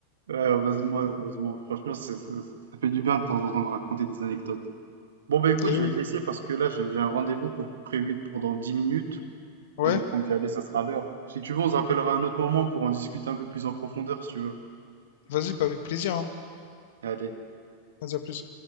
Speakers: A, on the right; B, on the left.
A: Ouais, heureusement, heureusement. Franchement, c'est- c'est- ça fait du bien de temps en temps de raconter des anecdotes. Bon, bah écoute,
B: Et
A: je
B: oui.
A: vais te laisser parce que là, j'ai j'ai un rendez-vous pour prévu pour dans 10 minutes.
B: Ouais.
A: Et le temps d'y aller, ça sera l'heure. Si tu veux, on se rappellera à un autre moment pour en discuter un peu plus en profondeur, si tu veux.
B: Vas-y, bah, avec plaisir, hein.
A: Allez.
B: Vas-y, à plus.